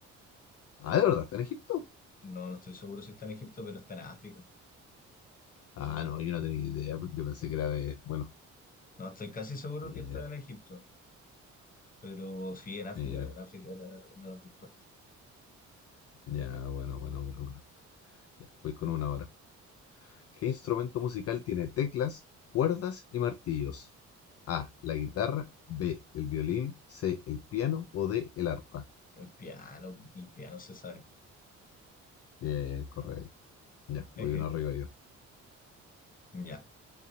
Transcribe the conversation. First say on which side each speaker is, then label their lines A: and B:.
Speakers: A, on the left; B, on the left.
A: Ah, ¿de verdad está en Egipto?
B: No, no estoy seguro si está en Egipto, pero está en África.
A: Ah, no, yo no tenía idea. Yo pensé
B: Sí.
A: que era de. Bueno,
B: No, estoy casi seguro
A: mira,
B: que está en Egipto, pero sí, en África,
A: mira.
B: en África era, era la respuesta.
A: Ya, bueno, bueno, bueno, bueno. Ya, voy con una hora. ¿Qué instrumento musical tiene teclas, cuerdas y martillos? A, la guitarra, B, el violín, C, el piano o D, el arpa.
B: El piano, el piano se sabe.
A: Bien, correcto. Ya, voy uno
B: <laughs>
A: arriba yo.
B: Ya,